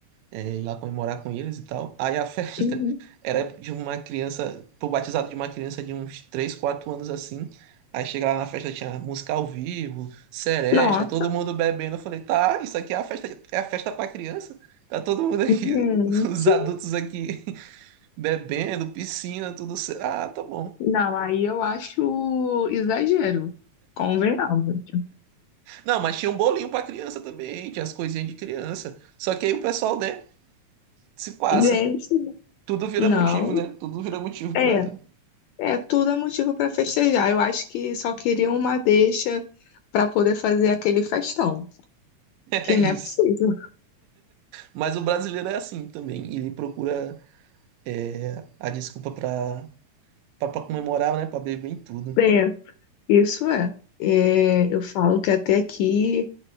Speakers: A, on the right; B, on the left.
A: eh, ir lá comemorar com eles e tal. Aí a festa
B: uhum.
A: <laughs> era de uma criança, pro batizado de uma criança de uns 3, 4 anos assim. Aí chega lá na festa, tinha música ao vivo, seresta,
B: Nossa.
A: todo mundo bebendo. Eu falei, tá, isso aqui é a festa, é a festa pra criança? Tá todo mundo aqui,
B: Gente,
A: <laughs> os adultos aqui <laughs> bebendo, piscina, tudo certo. Ah, tá bom.
B: não, aí eu acho exagero, convenhamos.
A: Não, mas tinha um bolinho pra criança também, tinha as coisinhas de criança. Só que aí o pessoal, né, se passa.
B: Gente,
A: Tudo vira
B: não,
A: motivo, né? Tudo vira motivo
B: é,
A: pra. <laughs>
B: é tudo é motivo para festejar. Eu acho que só queria uma deixa para poder fazer aquele festão, que
A: É isso.
B: não é possível.
A: Mas o brasileiro é assim também. Ele procura é, a desculpa pra, pra, pra comemorar, né? Pra beber em tudo.
B: É, isso é. É, eu falo que até aqui